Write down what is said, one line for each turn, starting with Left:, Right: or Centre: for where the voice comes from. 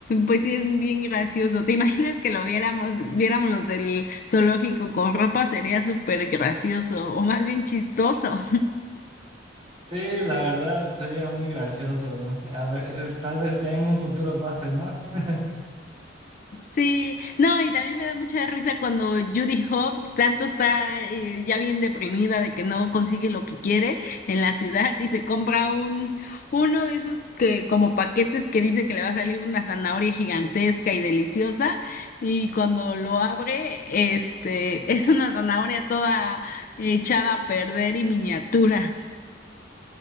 Left: pues sí es bien gracioso. ¿Te imaginas que lo viéramos, viéramos los del zoológico con ropa? Sería súper gracioso, o más bien chistoso.
Right: Sí, la verdad sería muy gracioso. A ver, tal vez ya en un futuro pase, ¿no? <laughs>
Left: Sí, no, y también me da mucha risa cuando Judy Hobbs tanto está eh, ya bien deprimida de que no consigue lo que quiere en la ciudad y se compra un uno de esos que como paquetes que dice que le va a salir una zanahoria gigantesca y deliciosa y cuando lo abre, este, es una zanahoria toda echada a perder y miniatura.